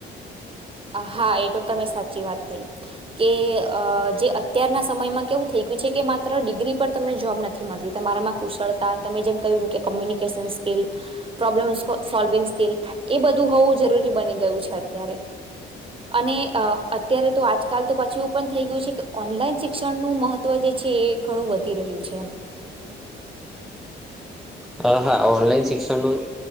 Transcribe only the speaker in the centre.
હ હા ઓનલાઈન શિક્ષણનું